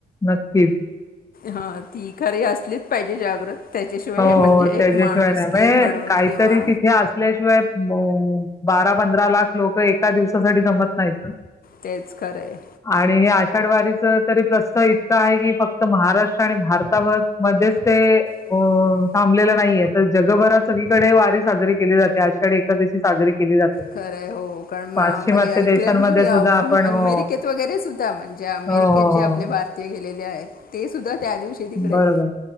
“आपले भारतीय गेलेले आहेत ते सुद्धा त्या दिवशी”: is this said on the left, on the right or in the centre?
Left